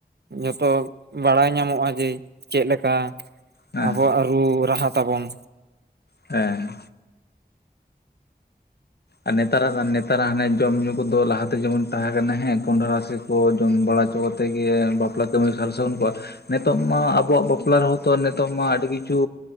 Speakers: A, on the right; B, on the left.
A: ᱡᱷᱚᱛᱚ ᱵᱟᱲᱟᱭ ᱧᱟᱢᱚᱜᱼᱟ ᱡᱮ ᱪᱮᱫ ᱞᱮᱠᱟ᱾
B: ᱦᱮᱸ
A: ᱟᱵᱚᱣᱟᱜ ᱨᱩ ᱨᱟᱦᱟ ᱛᱟᱵᱚᱱ᱾
B: ᱦᱮᱸᱻ ᱟᱨ ᱱᱮᱛᱟᱨᱟᱜ ᱱᱮᱛᱟᱨᱟᱜ ᱦᱟᱱᱮ ᱡᱚᱢ ᱧᱩ ᱠᱚᱫᱚ ᱞᱟᱦᱟ ᱛᱮ ᱡᱮᱢᱚᱱ ᱛᱟᱦᱮᱸ ᱠᱟᱱᱟ ᱦᱮᱸ ᱠᱚᱸᱱᱰᱷᱟ ᱨᱟᱥᱮ ᱼᱼ ᱠᱚ ᱡᱚᱢ ᱵᱟᱲᱟ ᱦᱚᱪᱚ ᱠᱟᱛᱮ ᱜᱮ ᱵᱟᱯᱞᱟ ᱠᱟᱹᱢᱤ ᱥᱟᱨ ᱥᱟᱹᱜᱩᱱ ᱠᱚᱣᱟ᱾ ᱱᱤᱛᱚᱜ ᱢᱟ ᱟᱵᱚᱣᱟᱜ ᱵᱟᱯᱞᱟ ᱨᱮᱦᱚ ᱛᱚ ᱱᱤᱛᱚᱜ ᱢᱟ ᱟᱹᱰᱤ ᱠᱤᱪᱷᱩ